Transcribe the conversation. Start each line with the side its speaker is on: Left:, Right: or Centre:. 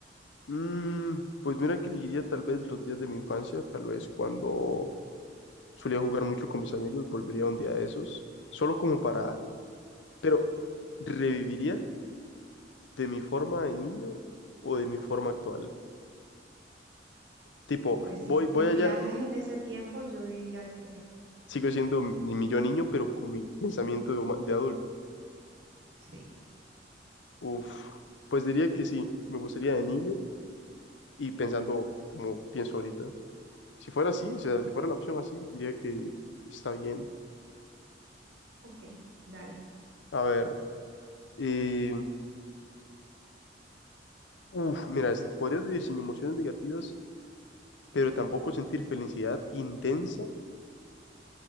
Left: Mm, pues mira que elegiría tal vez los días de mi infancia, tal vez cuando solía jugar mucho con mis amigos, volvería un día de esos, solo como
Right: ok.
Left: para... Pero, ¿reviviría de mi forma de niño o de mi forma actual. Tipo,
Right: Pues sí,
Left: voy, voy
Right: si viajes
Left: allá,
Right: en ese tiempo, yo diría que
Left: sigo siendo mi, mi yo niño, pero con mi pensamiento de, huma- de adulto.
Right: sí.
Left: Uf, pues diría que sí, me gustaría de niño y pensando como pienso ahorita. Si fuera así,
Right: Ok,
Left: o sea, si fuera la opción así, diría que está bien.
Right: ok, dale,
Left: A ver, eh, uf, mira esta. Podrías vivir sin emociones negativas, pero tampoco sentir felicidad intensa